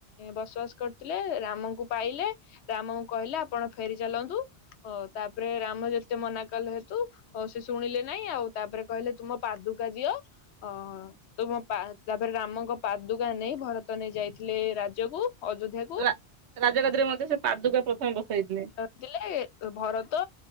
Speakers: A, on the left; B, on the right.
A: ବସବାସ କରିୁଥିଲେ ରାମଙ୍କୁ ପାଇଲେ, ରାମଙ୍କୁ କହିଲେ ଆପଣ ଫେରି ଚାଲନ୍ତୁ। <unintelligible> ତାପରେ ରାମ ଯେତେ ମନା କଲେ ହେତୁ ଓ ସେ ଶୁଣିଲେ ନାଇଁ ଆଉ ତାପରେ କହିଲେ ତୁମ ପାଦୁକା ଦିଅ, ଅ ତ ମୋ ପା ତାପରେ ରାମଙ୍କ ପାଦୁକା ନେଇ ଭରତ ନେଇ ଯାଇଥିଲେ ରାଜ୍ୟକୁ ଅଯୋଧ୍ୟା
B: ରା ରାଜଗାଦରେ ମଧ୍ୟ ସେ ପାଦୁକା ପ୍ରଥମେ ବସାଇଥିଲେ।
A: <unintelligible> ଭରତ